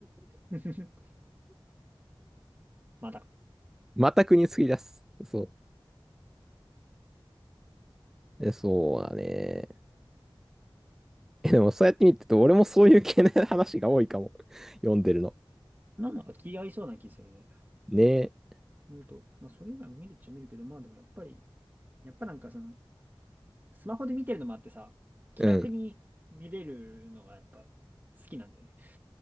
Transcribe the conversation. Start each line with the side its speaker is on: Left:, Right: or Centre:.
Right: <laughs> まあ、だか
Centre: また国作り出す。そう。えそうだね。え、でもそうやって見てると、俺もそういう系の話が多いかも。読んでるの。
Right: なんだか気合いそうな気するね。
Centre: ねえ。
Right: なと、まあ、それ以外も見るっちゃ見るけど、まあでもやっぱり、やっぱなんかその、スマホで見てるのもあってさ、気楽に見れるのがやっぱ好きなんだよね。
Centre: うん。